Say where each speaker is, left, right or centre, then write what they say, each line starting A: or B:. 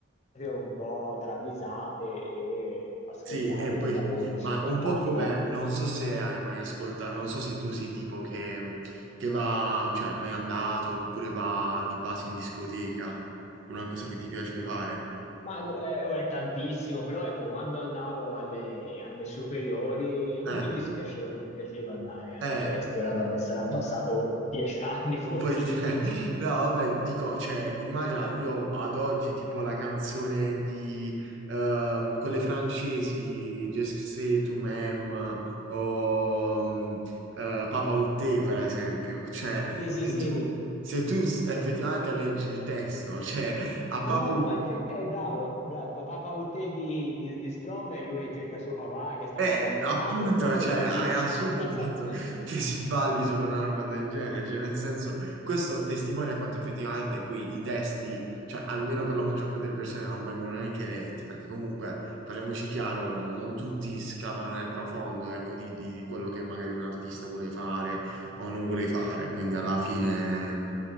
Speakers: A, on the left (about 35°); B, on the right (about 75°).
A: un po' travisate e ascoltate
B: sì, e poi,
A: per la loro sonorità,
B: ma un po' come,
A: no?
B: non so se hai mai ascoltato, non so se tu sei tipo che, che va, cioè, è mai andato oppure va di base in discoteca, una cosa che ti piace fare.
A: Ma gu- eh, oh, è tantissimo, però ecco, quando andavo alle, alle superiori non
B: Eh,
A: mi dispiaceva, mi piaceva andare alle
B: eh,
A: feste. Ora vabbè, sarà passato
B: i-
A: dieci <laughs> anni, forse
B: Un po' di te.
A: di più.
B: <laughs> No, vabbè, dico, cioè, immagina, io ad oggi, tipo la canzone di ehm, quelle francesi, Je sais tu m'aimes, o mm, eh, Papa Outé, per esempio. Cioè,
A: Sì, sì,
B: se
A: sì.
B: tu, se tu s- effettivamente leggi il testo, cioè, a
A: No,
B: Papa
A: ma c'è, è bravo, bravo. Papà Uté di, di, di Strohm è lui che cerca suo papà, che è stato
B: Eh,
A: abbandonato,
B: appunto,
A: è un testo
B: cioè,
A: pesissimo.
B: è assurdo
A: <laughs>
B: il fatto che si balli sopra una roba del genere, cioè, nel senso, questo testimonia quanto effettivamente poi i testi, cioè, almeno per la maggior parte delle persone non vengono neanche letti, perché comunque, parliamoci chiaro, non tutti scavano nel profondo, ecco, di, di- di quello che magari un artista vuole fare o non vuole fare, quindi alla fine,